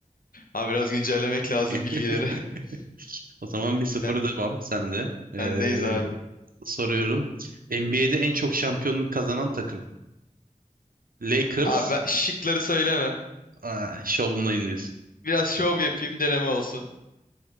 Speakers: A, on the left; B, on the right.
A: Abi biraz güncellemek lazım bilgileri.
B: <laughs>
A: <laughs>
B: O zaman 1-0
A: Sen
B: devam sende. Ee,
A: bendeyiz abi.
B: soruyorum. NBA'de en çok şampiyonluk kazanan takım. Lakers.
A: Abi ben- şıkları söyleme.
B: Aa, şovundayım diyorsun.
A: Biraz şov yapayım deneme olsun.